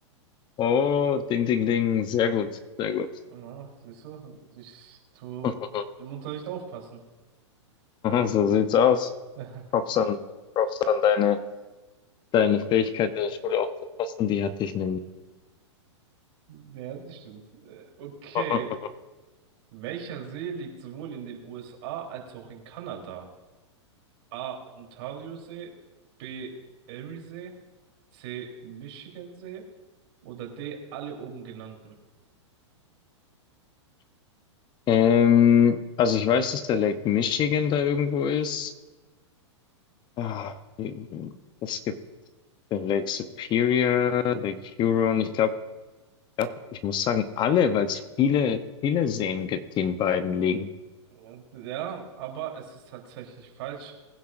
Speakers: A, on the left (about 30°); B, on the right (about 55°).
A: Oh, ding, ding, ding. Sehr gut, sehr gut.
B: Ja, siehst du, ich tu
A: <laughs>
B: im Unterricht aufpassen.
A: So sieht's aus.
B: <laughs>
A: Props an, Props an deine, deine Fähigkeit, in der Schule aufzupassen. Die hatte ich nämlich.
B: Ja, das stimmt. Äh, Okay.
A: <laughs>
B: Welcher See liegt sowohl in den USA als auch in Kanada? A. Ontariosee, B. Eriesee, C. Michigansee oder D. alle oben genannten.
A: Ähm, also ich weiß, dass der Lake Michigan da irgendwo ist. Ah, es gibt den Lake Superior, Lake Huron. Ich glaube, ich, glaub, ja, ich muss sagen, alle, weil es viele, viele Seen gibt, die in beiden liegen.
B: Und Ja, aber es ist tatsächlich falsch.